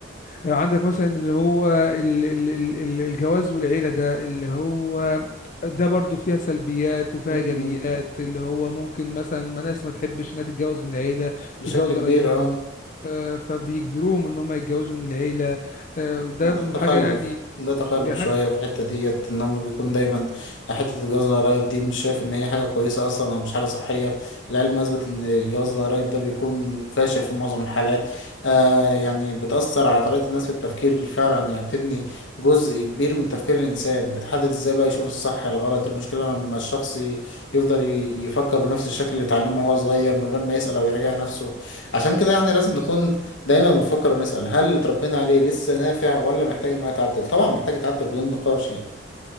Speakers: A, on the left (about 45°); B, on the left (about 85°).
A: عندك مثلا اللي هو ال- ال- ال- ال- الجواز والعيلة ده اللي هو ده برضو فيها سلبيات وفيها
B: امم
A: إيجابيات اللي هو ممكن مثلا ما ناس ما تحبش إنها تتجوز من العيلة
B: بشكل
A: تتجوز
B: كبير
A: قرايبهم
B: اه
A: آه، فبيجبروهم إن هم يتجوزوا من العيلة آه، ده
B: ده تخلف
A: حاجة يعني
B: ده تخلف
A: دي حاجة
B: شوية في الحتة ديت إن هم بيكون دايما حتة الجواز القرايب دي مش شايف إن هي حاجة كويسة أصلا أو مش حاجة صحية العلم أثبت إن الجواز القرايب ده بيكون فاشل في معظم الحالات آه يعني بتأثر على طريقة الناس في التفكير فعلا يعني بتبني جزء كبير من تفكير الإنسان بتحدد إزاي بقى يشوف الصح الغلط المشكلة لما الشخص ي- يفضل ي- يفكر بنفس الشكل اللي اتعلمه وهو صغير من غير ما يسأل أو يراجع نفسه عشان كده يعني لازم نكون دايما بنفكر ونسأل هل اللي اتربينا عليه لسه نافع ولا محتاج ان هو يتعدل طبعا محتاج يتعدل بدون نقاش يعني